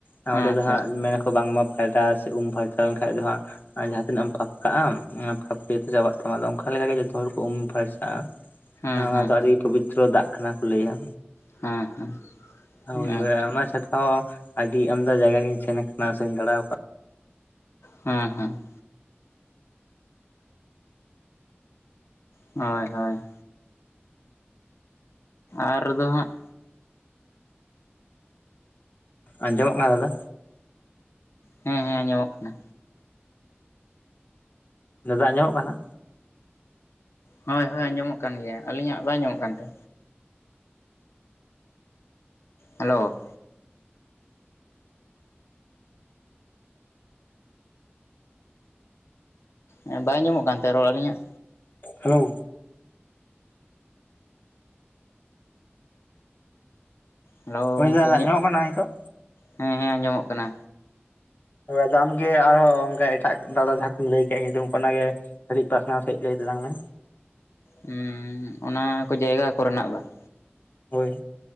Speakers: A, on the left; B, on the left.
A: ᱟᱸ, ᱚᱸᱰᱮ
B: ᱟᱪᱪᱷᱟ
A: ᱫᱚ ᱦᱟᱸᱜ ᱢᱮᱱᱟᱠᱚ ᱵᱟᱝᱢᱟ ᱯᱷᱟᱨᱪᱟ ᱥᱮ ᱩᱢ ᱯᱷᱟᱨᱪᱟ ᱞᱮᱱ ᱠᱷᱟᱡ ᱫᱚ ᱦᱟᱸᱜ ᱟᱨ ᱡᱟᱦᱟᱸ ᱛᱤᱱᱟᱹᱜ ᱮᱢ ᱯᱷᱟᱯ ᱠᱟᱜ-ᱟᱢ, ᱚᱱᱟ ᱯᱟᱯᱠᱚ ᱡᱚᱛᱚ ᱪᱟᱵᱟᱜ ᱛᱟᱢᱟ᱾ ᱟᱫᱚ ᱚᱝᱠᱟ ᱚᱝᱠᱟ ᱞᱮᱠᱟᱜᱮ ᱡᱚᱛᱚ ᱦᱚᱲ ᱠᱚ ᱩᱢ ᱯᱷᱟᱨᱪᱟᱜ-ᱟ,
B: ᱦᱮᱸ
A: ᱚᱱᱟ
B: ᱦᱮᱸ ᱦᱮᱸ
A: ᱫᱚ ᱟᱹᱰᱤ ᱯᱚᱵᱤᱛᱨᱚ ᱫᱟᱜ ᱠᱟᱱᱟ ᱠᱚ ᱞᱟᱹᱭᱟ᱾
B: ᱦᱮᱸ ᱦᱮᱸ
A: ᱦᱳᱭ
B: ᱟᱪᱪᱷᱟ
A: ᱦᱳᱭ ᱟᱨ <unintelligible> ᱟᱹᱰᱤ ᱟᱢᱫᱟ ᱡᱟᱭᱜᱟ ᱜᱤᱧ ᱥᱮᱱ ᱟᱠᱟᱱᱟ ᱥᱮᱧ ᱫᱟᱲᱟ ᱟᱠᱟᱫᱟ᱾
B: ᱦᱮᱸ ᱦᱮᱸ ᱦᱳᱭ ᱦᱳᱭ ᱟᱨ ᱫᱚ ᱦᱟᱸᱜ
A: ᱟᱸᱡᱚᱢᱚᱜ ᱠᱟᱱᱟ ᱫᱟᱫᱟ?
B: ᱦᱮᱸ ᱦᱮᱸ ᱟᱸᱡᱚᱢᱚᱜ ᱠᱟᱱᱟ᱾
A: ᱫᱟᱫᱟ ᱟᱸᱧᱚᱢᱚᱜ ᱠᱟᱱᱟ?
B: ᱦᱳᱭ ᱦᱳᱭ ᱟᱸᱡᱚᱢᱚᱜ ᱠᱟᱱ ᱜᱮᱭᱟ᱾ ᱟᱹᱞᱤᱧᱟᱜ ᱵᱟᱭ ᱟᱸᱡᱚᱢᱚᱜ ᱠᱟᱱ ᱛᱮ? ᱦᱮᱞᱳ ᱦᱮᱸ ᱵᱟᱭ ᱟᱸᱡᱚᱢᱚᱜ ᱠᱟᱱ ᱛᱮ ᱨᱚᱲ ᱟᱹᱞᱤᱧᱟᱜ?
A: ᱦᱮᱞᱳ
B: ᱦᱮᱞᱳ
A: ᱦᱳᱭ
B: ᱜᱚᱢᱠᱮ
A: ᱫᱟᱫᱟ
B: ᱤᱧᱟᱹ
A: ᱟᱸᱡᱚᱢᱚᱜ ᱠᱟᱱᱟ ᱱᱤᱛᱚᱜ
B: ᱦᱮᱸ ᱦᱮᱸ ᱟᱸᱡᱚᱢᱚᱜ ᱠᱟᱱᱟ᱾
A: ᱦᱳᱭ ᱟᱫᱚ ᱟᱢᱜᱮ ᱟᱨᱦᱚᱸ ᱚᱱᱠᱟ ᱮᱴᱟᱜ ᱫᱟᱫᱟ ᱡᱟᱦᱟᱸ ᱠᱚᱢ ᱞᱟᱹᱭ ᱠᱮᱜ ᱧᱩᱛᱩᱢ ᱠᱚ ᱚᱱᱟᱜᱮ ᱠᱟᱹᱴᱤᱡ ᱯᱟᱥᱱᱟᱣ ᱥᱟᱹᱦᱤᱡ ᱞᱟᱹᱭ ᱛᱟᱞᱟᱝ ᱢᱮ᱾
B: ᱦᱸᱻ ᱚᱱᱟ ᱠᱚ ᱡᱟᱭᱜᱟ ᱠᱚᱨᱮᱱᱟᱜ ᱵᱟᱝ?
A: ᱦᱳᱭ